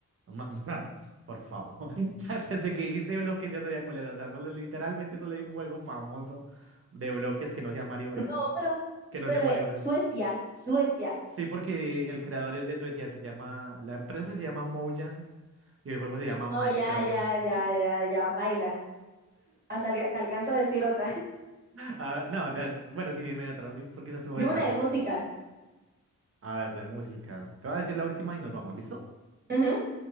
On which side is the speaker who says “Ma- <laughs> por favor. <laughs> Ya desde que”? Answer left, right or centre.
Right